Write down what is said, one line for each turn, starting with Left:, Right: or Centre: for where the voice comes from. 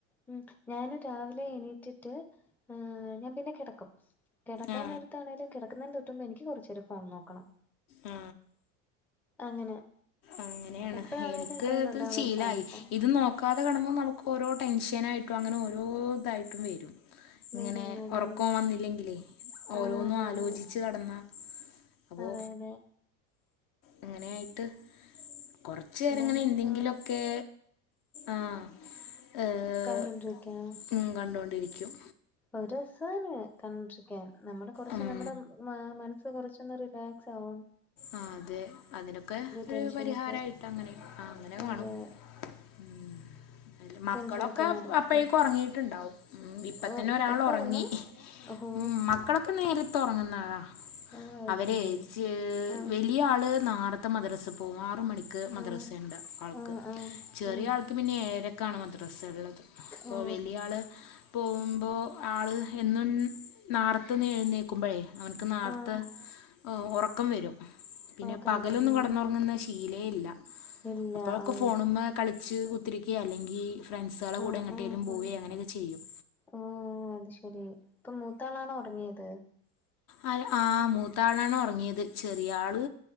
Centre: ഉം ഞാന് രാവിലെ എണീറ്റിട്ട് എഹ് ഞാൻ പിന്നെ കെടക്കും കിടക്കാ
Left: ആ
Centre: നേരത്താണേലുംകെടക്കുന്നതിന്ന് തൊട്ടുമ്പോ എനി കുറച്ചു നേം ഫോൺ നോക്കണം
Left: ആ
Centre: അങ്ങനെ
Left: അങ്ങനെയാണ്
Centre: എപ്പോഴാണേലും
Left: എനക്ക
Centre: കയ്യിലുണ്ടാവുന്ന
Left: അത് ഷീലായി
Centre: ഒരു സാധന ഫോൺ
Left: ഇത് നോ നക്കാതെ കണുമ്പോൾ നമുക്ക് ഓരോ ടെൻഷനായിട്ടും അങ്ങനെ ഓരോ ഇതായിട്ടും വരും ഇങ്ങനെ
Centre: വരും അതെ
Left: ഒറക്കോം വന്നില്ലെങ്കിലേ ഓരോന്നും
Centre: ആണാണാണ്
Left: ആലോചിച്ച് കെടന്ന അപൊ
Centre: അതെ അതെ
Left: അങ്ങനെയായിട്ട് കൊറച്ചു
Centre: ഇതാ
Left: രങ്ങനെ എന്തെങ്കിലൊക്കെ
Centre: ആഹ്
Left: ആഹ് ഏഹ്
Centre: കണ്ടോണ്ടിരിക്കാം
Left: ഉം കണ്ടോണ്ടിരിക്കും
Centre: ഒരുസാനേ കണ്ടിരിക്കാൻ നമ്മള് കുറച്ച്
Left: ഉം
Centre: നമ്മടെ മ മനസ്സ് കുറച്ചൊന്ന് റിലാക്സ് ആകും
Left: ആഹ് അതെ അതിനൊക്കെ ഒരു
Centre: ടെൻഷനൊക്കെ
Left: പരിഹാരായിട്ട് അങ്ങനെ ആഹ് അങ്ങനെ കാണും
Centre: അതെ
Left: ഉം മക്കളൊക്കെ
Centre: ടെൻഷനൊക്കെ മാറിക്കിട്ടും
Left: അപ്പഴേക്ക് ഉറങ്ങീയിട്ടുണ്ടാവും ഇപ് ഇപ്പത്തന്നെ
Centre: ഓ
Left: ഒരാള്
Centre: എപ്പ
Left: ഒറങ്ങി
Centre: ഒറങ്ങും ഓഹോ
Left: ഉം മക്കളൊക്കെ നേരത്ത് ഒറങ്ങുന്നളാ
Centre: ഓ അത്
Left: അവരെ
Centre: ശരി
Left: ജ്
Centre: ആഹ്
Left: വലിയ ആള് നാരത്തെ മദ്രസേ പോകും ആറ് മണി ക്ക് മദ്രസ
Centre: ആഹ്
Left: ഉണ്ട് ആൾക്ക്
Centre: ആഹ് ആഹ്
Left: ചെറിയ
Centre: ആഹ്
Left: ആൾക്ക് പിന്നെ ഏരൊക്കെണ് മദ്രസ ഉള്ളത് അപ്പോ
Centre: ഓ
Left: വലിയ ആള് പോ വുമ്പോ ആൾ എന്നും നാർത്തു നിന്ന് എഴുന്നേക്കുമ്പോഴേ അവർക്ക് നേർത്തെ
Centre: ആഹ്
Left: ഉറക്കം വരും പിന്നെ
Centre: ഒറക്കം
Left: പകലൊന്നും
Centre: വരും ഉം
Left: കടന്നുറങ്ങുന്ന
Centre: ഉം
Left: ശീലേ ഇല്ല...
Centre: ഇല്ല
Left: അപ്പോഴൊക്കെ
Centre: ഓ
Left: ഫോണുമ്മേ കളി ളിച്ച് കുത്രിക്കെ അല്ലെങ്കി ഫ്രണ്ട്സുകളെ കൂടെ
Centre: ആഹ്
Left: എങ്ങട്ടെങ്കിലും
Centre: ആഹ്
Left: പോവേ
Centre: ആഹ്
Left: അങ്ങനെക്കെ ചെയ്യും
Centre: ഓ അത് ശരി... ഇപ്പൊ മൂത്താളാണോ ഉറങ്ങിയത്
Left: ആ ആ മൂത്താളാണ് ഉറങ്ങിയത് ചെറിയ ആള്